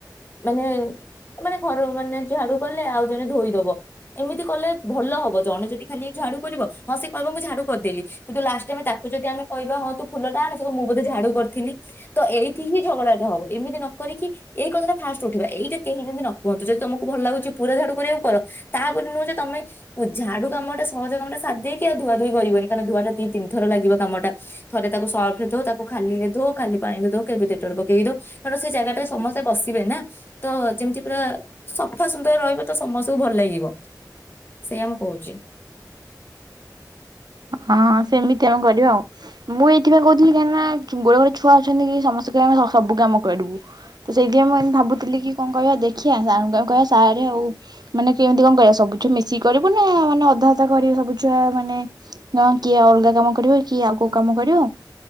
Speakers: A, on the left; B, on the right.
A: ମାନେ, ମାନେ ଘର ମାନେ ଝାଡୁ କଲେ, ଆଉ ଜଣେ ଧୋଇଦବ। ଏମିତି କଲେ ଭଲ ହବ, ଜଣେ ଯଦି ଖାଲି ଝାଡୁ କରିବ, ହଁ ସେ କହିବ ମୁ ଝାଡୁ କରିଦେଲି। କିନ୍ତୁ ଲାଷ୍ଟ ଆମେ ତାକୁ ଯଦି ଆମେ କହିବା ହଁ ତୁ ଫୁଲଟା ଆଣେ, ସେ କହିବ, ମୁଁ ବୋଧେ ଝାଡୁ କରିଥିଲି। ତ ଏଇଠି ହିଁ ଝଗଡା ଟେ ହବ, ଏମିତି ନ କରିକି, ଏଇ କଥାଟା ଫାଷ୍ଟ ଉଠିବ, ଏଇଟା କେହି ଯେମିତି ନକ କୁହନ୍ତୁ, ଯଦି ତମକୁ ଭଲ ଲାଗୁଛି ପୁରା ଝାଡୁ କରିବାକୁ କର, ତାବୋଲି ନୁହଁ ଯେ ତମେ ମୁ ଝାଡୁ କାମଟା ସହଜ କାମଟା ସାରି ଦେଇକି, ଆଉ ଧୁଆ ଧୁଇ କରିବନି, କାରଣ ଧୁଆଟା ଦି ତିନ ଥର ଲାଗିବ କାମଟା ଥରେ ତାକୁ ସର୍ଫରେ ଧୋ, ତାକୁ ଖାଲିରେ ଧୋ ଖାଲି ପାଣିରେ ଧୋ, କେବେ ଡେଟଲ ପକେଇକି ଧୋ, କାରଣ ସେ ଜାଗାଟା ସମସ୍ତେ ବସିବେ ନା। ତ, ଯେମିତି ପୁରା, ସଫା ସୁନ୍ଦର ରହିବ। ତ ସମସ୍ତଙ୍କୁ ଭଲ ଲାଗିବ, ସେଇଆ ମୁଁ କହୁଚି।
B: ହଁ, ସେମିତି ଆମେ କରିବା ଆଉ। ମୁଁ ଏଇଥିପାଇଁ କହୁଥିଲି, କାହିଁକି ନା ଗୁରେ ଗୁରେ ଛୁଆ ଅଛନ୍ତି କି, ସମସ୍ତେ କହିବେ ଆମେ ସବୁ କାମ କରିବୁ। ତ ସେଇଥିପାଇଁ, ମୁଁ ଏଇନୁ ଭାବୁଥିଲି କି କଣ କହିବା ଦେଖିବା, ସାରଙ୍କୁ କହିବା ସାରେ ଆଉ ମାନେ କେମିତି କଣ କରିବା, ସବୁଥୁରୁ ମିଶିକି କରିବୁ ନା, ମାନେ ଅଧା ଅଧା କରିବେ ସବୁଛୁଆ ମାନେ ନା କିଏ ଅଲଗା କାମ କରିବ, କିଏ ଆଉ କୋଉ କାମ କରିବ?